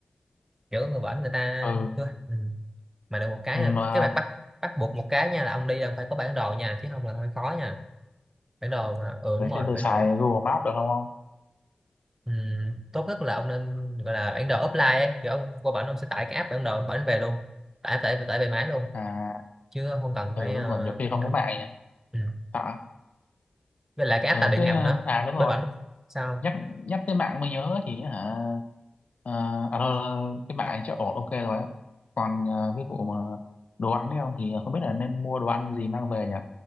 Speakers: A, on the right; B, on the left.
A: kiểu người bển người ta
B: ừ
A: ừ. mà được một cái
B: mà
A: là cái mặt bắt bắt buộc một cái nha là ông đi là ông phải có bản đồ nha chứ không là hơi khó nha bản đồ mà ừ
B: thế
A: đúng rồi
B: thì tôi
A: bản
B: xài
A: đồ ấy
B: Google Maps được không không
A: ừ. tốt nhất là ông nên gọi là bản đồ offline ấy. kiểu ông qua bển ông sẽ tải cái app bản đồ ông bển về luôn tải tải tải về máy luôn
B: à
A: chứ không cần
B: ừ
A: phải
B: đúng
A: ờ,
B: rồi nhiều khi
A: ấy
B: không
A: đâu
B: có mạng nhỉ
A: ừ.
B: sợ
A: với lại cái áp
B: ừ
A: tàu điện
B: thế
A: ngầm
B: ờ,
A: nữa
B: à đúng rồi
A: bên bển sao
B: nhắc nhắc tới mạng mới nhớ thì hả ờ, à đâu cái mạng này chắc ổn ok rồi á còn ờ, cái vụ mà đồ ăn đấy không thì không biết là nên mua đồ ăn gì mang về nhỉ